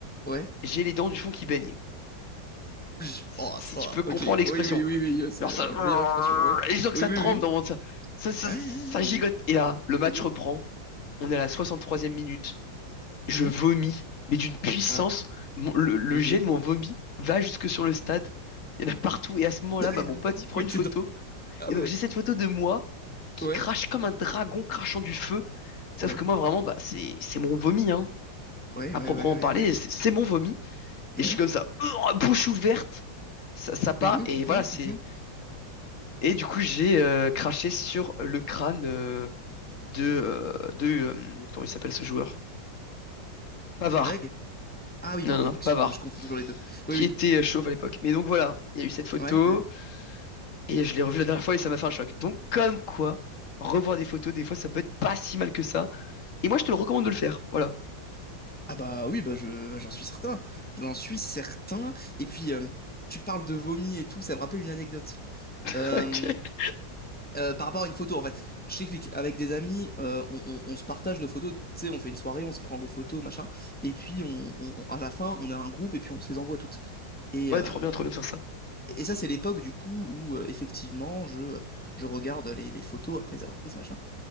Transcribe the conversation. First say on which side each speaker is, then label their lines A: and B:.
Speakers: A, on the left (about 15°); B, on the left (about 50°).
A: Ouais.
B: j'ai les dents du fond qui baignent.
A: Pj.
B: Si,
A: Oh,
B: si
A: ça.
B: tu peux comprendre
A: Ok. Oui,
B: l'expression.
A: oui, oui, oui. euh, C'est
B: Alors
A: la
B: ça,
A: meilleure expression, ouais.
B: et je sens que
A: Oui,
B: ça
A: oui,
B: tremble
A: oui.
B: dans mon, ça, ça, ça,
A: Ah, ah,
B: ça gigote.
A: ah, ah.
B: Et là, le match
A: ok.
B: reprend. On est à la 63e minute. Je
A: Mhm.
B: vomis, mais d'une puissance.
A: Ah,
B: Mon- le, le
A: ok.
B: jet de mon vomi va jusque sur le stade. Il y en a partout. Et à ce moment-là,
A: Mhm.
B: bah, mon pote, il prend
A: <laughs> Mais
B: une
A: t'es
B: photo.
A: dans... Ah
B: Et
A: ouais.
B: donc, j'ai cette photo de moi qui
A: Ouais.
B: crache comme un dragon crachant du feu. Sauf
A: Ouais.
B: que moi, vraiment, bah, c'est, c'est mon vomi, hein.
A: Ouais,
B: À
A: ouais,
B: proprement
A: ouais, ouais,
B: parler,
A: ouais.
B: c'est c'est mon vomi.
A: Ouais.
B: Et je suis comme ça, euh, bouche ouverte. Ça, ça part.
A: Mhm,
B: Et
A: mhm,
B: voilà, c'est,
A: mhm.
B: Et du coup, j'ai euh, craché sur le crâne euh, de, euh, de euh, comment il s'appelle ce joueur? Pavard.
A: Greg? Ah oui, pardon,
B: Non, non, non, Pavard,
A: excuse-moi, je confonds toujours les deux. Oui,
B: qui
A: oui.
B: était euh, chauve à l'époque. Mais donc voilà, il y a eu cette photo
A: Ouais, ouais.
B: et je l'ai revue la dernière fois et ça m'a fait un choc. Donc comme quoi, revoir des photos, des fois, ça peut être pas si mal que ça. Et moi, je te le recommande de le faire. Voilà.
A: Ah bah oui, bah je, bah, j'en suis certain. J'en suis certain. Et puis, euh, tu parles de vomi et tout, ça me rappelle une anecdote.
B: <laughs>
A: Euh,
B: Ok.
A: euh, par rapport à une photo, en fait. Je t'explique. Avec des amis, euh, on, on- on se partage nos photos. Tu sais, on fait une soirée, on se prend des photos, machin. Et puis, on, on- on- à la fin, on a un groupe et puis on se les envoie toutes. Et,
B: Ouais,
A: euh,
B: trop bien, trop bien de faire ça.
A: Et ça, c'est l'époque du coup où euh, effectivement je, euh, je regarde les, les photos après les avoir prises, machin.